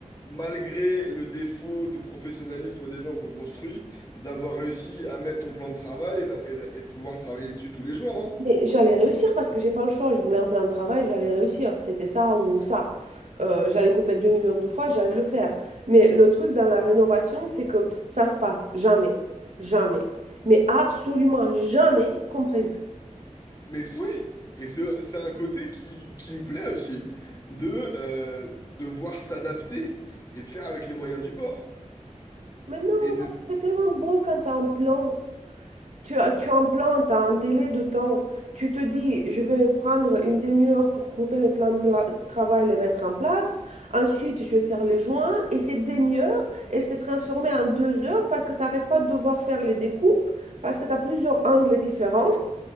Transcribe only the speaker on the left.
malgré le défaut de professionnalisme des gens qu'on construit, d'avoir réussi à mettre ton plan de travail et, d'a- et d'a- et de pouvoir travailler dessus tous les jours, non?
Mais c'est- oui! Et c'est c'est un côté qui, qui me plaît aussi, de euh, devoir s'adapter et de faire avec les moyens du bord.
Et de.